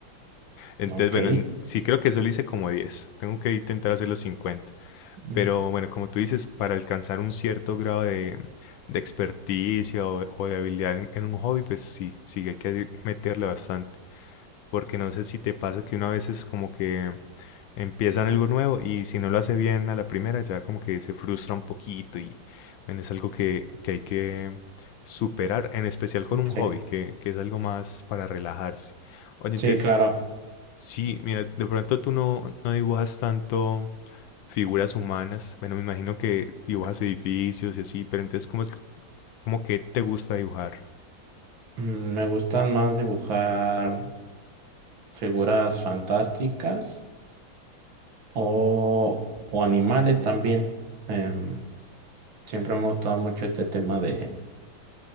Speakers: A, on the left (about 75°); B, on the right (about 75°).
A: Entonces,
B: Ok.
A: bueno, sí creo que solo hice como diez Tengo que intentar hacer los 50.
B: Mm,
A: Pero bueno, como tú dices, para alcanzar un cierto grado de, de experticia o, o de habilidad en, en un hobby, pues sí, sí hay que meterle bastante. Porque no sé si te pasa que una vez es como que Empiezan algo nuevo y si no lo hace bien a la primera, ya como que se frustra un poquito y bueno, es algo que, que hay que superar, en especial con un
B: Sí,
A: hobby, que, que es algo más para relajarse. Oye,
B: sí,
A: entonces,
B: claro.
A: sí, mira, de pronto tú no, no dibujas tanto figuras humanas. Bueno, me imagino que dibujas edificios y así, pero entonces, ¿cómo es, cómo que te gusta dibujar?
B: Mm, Me gustan más dibujar figuras fantásticas o, o animales también. Em, siempre me ha gustado mucho este tema de,